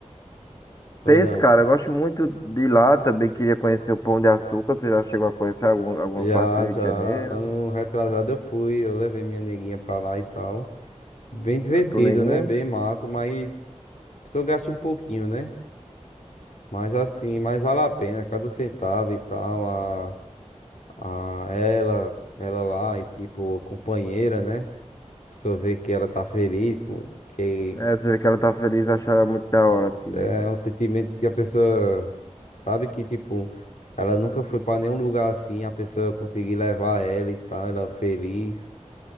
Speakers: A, on the left; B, on the left.
A: ou
B: Peixe,
A: não?
B: cara, eu gosto muito de lá, também queria conhecer o Pão de Açúcar, você já chegou a conhecer algum, alguma
A: Já,
B: parte do Rio
A: já,
B: de Janeiro?
A: ano retrasado eu fui, eu levei minha neguinha pra lá e tal. Bem divertido,
B: A tua neguinha?
A: né? Bem massa, mas a pessoa gasta um pouquinho, né? Mas assim, mas vale a pena cada centavo e tal, a, a ela, ela lá e tipo companheira, né? A pessoa vê que ela tá feliz, um, que
B: É, você vê que ela tá feliz, achar ela muito da hora, assim,
A: é
B: né?
A: um sentimento que a pessoa sabe que tipo ela nunca foi pra nenhum lugar assim, a pessoa conseguir levar ela e tal, ela feliz.